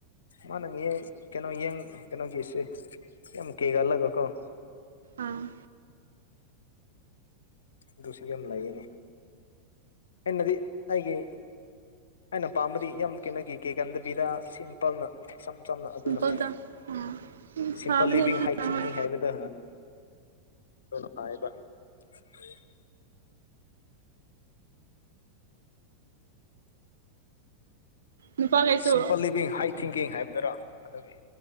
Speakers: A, on the left; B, on the right.
A: ꯃꯥꯅ ꯉꯦ ꯀꯩꯅꯣꯌꯦꯡ ꯀꯩꯅꯣꯒꯤꯁꯦ ꯌꯥꯝ ꯀꯩꯒꯜꯂꯒꯀꯣ <inaudible>
B: ꯑꯥ
A: ꯂꯨꯁꯤꯒꯤ ꯌꯥꯝ ꯂꯩꯌꯦꯅꯤ ꯑꯦꯟꯅꯗꯤ ꯑꯩꯒꯤ ꯑꯩꯅ ꯄꯥꯝꯕꯗꯤ ꯌꯥꯝ ꯀꯦꯅꯈꯤ ꯀꯦꯀꯟꯗꯕꯤꯗ ꯁꯤꯝꯄꯜꯅꯝ ꯆꯝꯅ ꯑꯗꯨꯅ
B: ꯁꯤꯝꯄꯜꯗ
A: ꯈ
B: ꯑꯥ
A: ꯁꯤꯝꯄꯜ
B: ꯐꯕꯅꯦ
A: ꯂꯤꯚꯡ
B: ꯑꯗꯨꯅ
A: ꯍꯥꯏ ꯊꯤꯡꯀꯤꯡ
B: ꯍꯣꯏ
A: ꯍꯥꯏꯕꯗ ꯑꯣ ꯍꯕ <inaudible>
B: ꯅꯨꯄꯥꯈꯩꯁꯨ
A: ꯁꯤꯝꯄꯜ ꯂꯤꯚꯡ ꯍ ꯊꯤꯡꯀꯤꯡ ꯍꯥꯏꯕꯗꯨꯔꯣ ꯑꯗꯨꯒꯤ